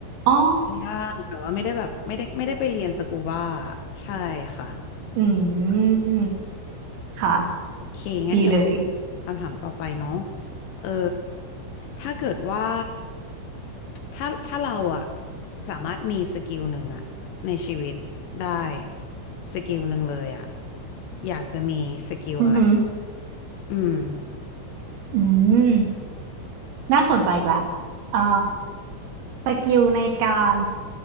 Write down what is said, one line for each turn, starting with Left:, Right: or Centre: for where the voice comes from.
Right: อ๋อ
Left: ย่างแต่ว่าไม่ได้แบบไม่ได้ไม่ได้ไปเรียนสกูบ้าใช่ค่ะ
Right: อืมค่ะ
Left: โอเคงั้นเดี๋ยว
Right: ดีเลย
Left: คำถามต่อไปเนาะเออถ้าเกิดว่าถ้าถ้าเราอะสามารถมีสกิลหนึ่งอะในชีวิตได้สกิลหนึ่งเลยอะอยากจะมีสกิลอะไร
Right: อือหือ
Left: อืม
Right: อืมน่าสนใจอีกละอ่าสกิลในการ